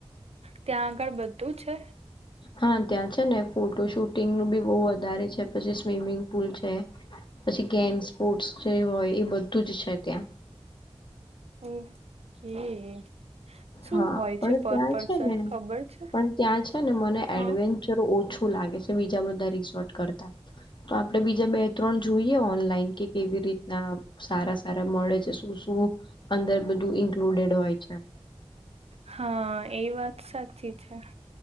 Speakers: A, on the right; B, on the left.
A: ત્યાં આગળ બધું છે?
B: હા, ત્યાં છે ને ફોટો શૂટિંગનું બી બો વધારે છે, પછી સ્વિમિંગ પુલ છે. પછી ગેમ સ્પોર્ટ્સ જે હોય એ બધું જ છે ત્યાં.
A: ઓકે. શું
B: હા,
A: હોય
B: પણ
A: છે પર
B: ત્યાં
A: પર્સન
B: છે ને
A: ખબર છે
B: પણ ત્યાં છે ને મને
A: હ
B: એડવેન્ વેન્ચર ઓછું લાગે છે બીજા બધા રિસોર્ટ કરતા. તો આપડે બીજા બે ત્રણ જોઈએ ઓનલાઈન કે કેવી રીતના સારા સારા મળે છે, શું શું અંદર બધું ઇન્કલુડેડ હોય છે.
A: હા, એ વાત સાચી છે.